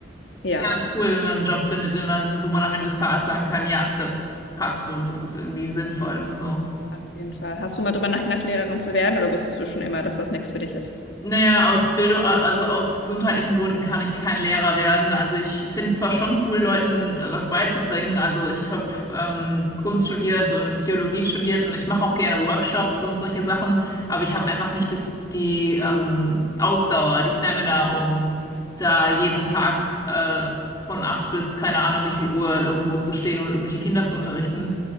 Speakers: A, on the left; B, on the left.
A: Ja.
B: Ja, ist cool, wenn man einen Job findet, den man, wo man am Ende des Tages sagen kann, ja, das passt und das ist irgendwie sinnvoll und so.
A: Auf jeden Fall. Hast du mal drüber nachgedacht, Lehrerin zu werden oder wusstest du schon immer, dass das nichts für dich ist?
B: Naja, aus Bildung, also aus gesundheitlichen Gründen kann ich kein Lehrer werden. Also ich finde es zwar schon cool, Leuten äh, was beizubringen. Also ich habe ähm, Kunst studiert und Theologie studiert und ich mache auch gerne Workshops und solche Sachen, aber ich habe einfach nicht das, die ähm, Ausdauer, die Stamina, um da jeden Tag äh, von acht bis keine Ahnung wie viel Uhr irgendwo zu stehen und irgendwelche Kinder zu unterrichten.